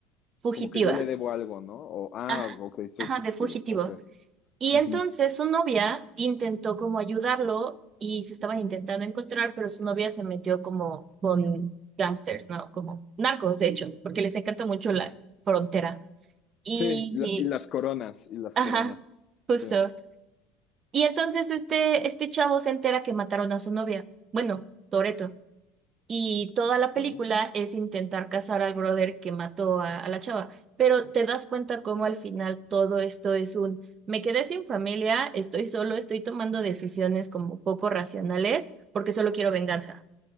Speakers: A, on the right; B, on the left.
A: fugitiva.
B: como que yo le debo algo, ¿no? O, ah,
A: Ajá,
B: ok, soy
A: ajá,
B: fugitivo,
A: de fugitivo.
B: ok.
A: Y
B: Ujú.
A: entonces su novia intentó como ayudarlo y se estaban intentando encontrar, pero su novia se metió como con gangsters, ¿no? Como narcos, de hecho, porque les encanta mucho la frontera. Y,
B: Sí, y, la-
A: y-
B: y las coronas, y las
A: ajá,
B: coronas,
A: justo.
B: sí,
A: Y entonces este, este chavo se entera que mataron a su novia. Bueno, Toreto. Y toda la
B: ok.
A: película es intentar cazar al brother que mató a, a la chava. Pero te das cuenta cómo al final todo esto es un, me quedé sin familia, estoy solo, estoy tomando decisiones como poco racionales porque solo quiero venganza.